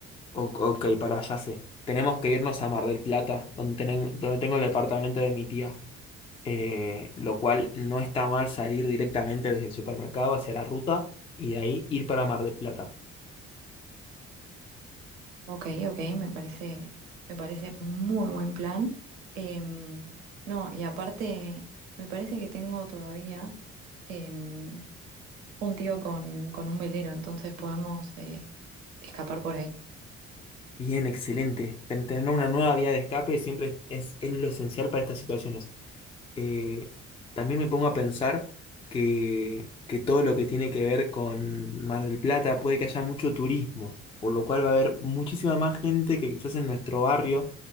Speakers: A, on the left; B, on the right.
A: O- ok, para allá sé. Tenemos que irnos a Mar del Plata, donde, tenen- donde tengo el departamento de mi tía. Eh, lo cual no está mal salir directamente desde el supermercado hacia la ruta y de ahí ir para Mar del Plata.
B: Ok, ok, me parece, me parece muy buen plan. Em, no, y aparte, me parece que tengo todavía em, un tío con, con un velero, entonces podemos eh, escapar por ahí.
A: Bien, excelente. Ten- tener una nueva vía de escape siempre es, es lo esencial para estas situaciones. eh, también me pongo a pensar que, que todo lo que tiene que ver con Mar del Plata puede que haya mucho turismo, por lo cual va a haber muchísima más gente que quizás en nuestro barrio,